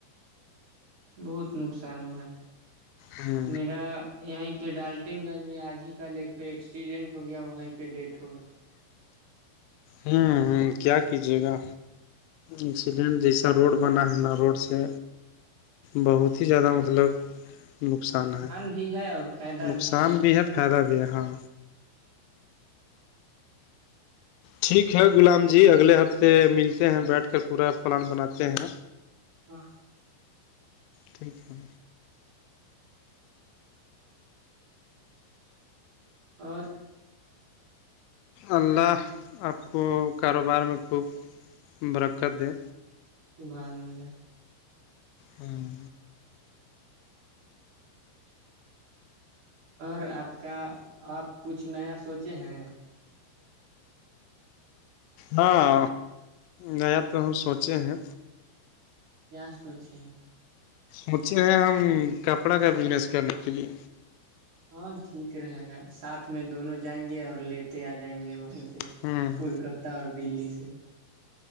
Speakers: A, on the right; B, on the left.
A: بہت نقصان ہو رہا ہے
B: ہ
A: میرا یہیں پہ ڈالٹن گنج میں آج ہی کل یکٹ ایکسیڈنٹ ہو گیا وہیں پہ ڈیتھ ہوگیا
B: ہمم ہمم کیا کیجیے گا ایکسیڈنٹ جیسا روڈ بنا ہے نا روڈ سے بہت ہی زیادہ مطلب نقصان ہے
A: بھی ہے اور فائدہ
B: نقصان بھی ہے فائدہ بھی ہے ہاں ٹھیک ہے غلام جی اگلے ہفتے ملتے ہیں بیٹھ کر پورا پلان بناتے ہیں
A: ہاں
B: ٹھیک ہے
A: اور
B: اللہ آپ کو کاروبار میں خوب برکت دے
A: <unintelligible>
B: ہوں
A: اور آپ کا آپ کچھ نیا سوچے ہیں
B: ہاں نیا تو ہم سوچے ہیں
A: کیا سوچیں ہے
B: مجھے ہے ہم کپڑا کا بزنس کرنے کے لیے
A: ہاں ٹھیک رہے گا ساتھ میں دونوں جائیں گے اور لیتے آ جائیں گے وہیں سے
B: ہوں
A: کولکتہ اور دلی سے